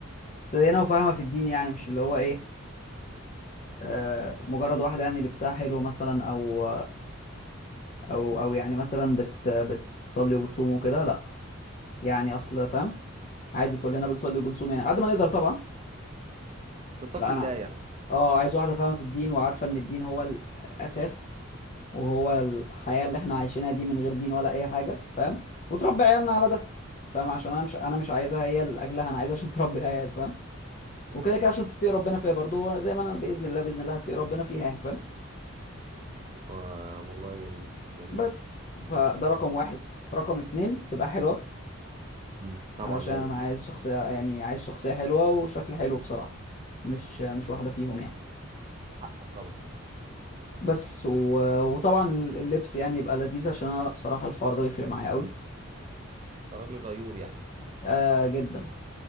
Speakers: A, on the left; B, on the right.
A: متدينة وفاهمة في الدين يعني مش اللي هو ايه آه مجرد واحدة يعني لبسها حلو مثلا او او او يعني مثلا بت بتصلي وبتصوم وكده لا يعني اصل فاهم عادي كلنا بنصلي وبنصوم يعني قد ما نقدر طبعا
B: تتقي
A: لا انا
B: الله يعني
A: اه عايز واحدة فاهمة في الدين وعارفة ان الدين هو الاساس وهو الحياة اللي احنا عايشينها دي من غير دين ولا اي حاجة فاهم وتربي عيالنا على ده فاهم عشان انا مش انا مش عايزها هي لاجلها انا عايزها عشان تربي العيال فاهم
B: ايه
A: وكده كده عشان تتقي ربنا فيها برضو زي ما انا باذن الله باذن الله هتقي ربنا فيها يعني فاهم
B: آه والله جميل جميل
A: بس فده رقم واحد رقم اتنين تبقى حلوه
B: مم. طبعا
A: علشان
B: لازم
A: انا عايز شخصيه يعني عايز شخصيه حلوه وشكل حلو بصراحه مش مش
B: أيوة.
A: واحده فيهم يعني
B: حقك طبعا انت
A: بس و... وطبعا اللبس يعني يبقى لذيذ عشان انا بصراحه الحوار ده بيفرق معايا قوي
B: راجل غيور يعني
A: آه جدا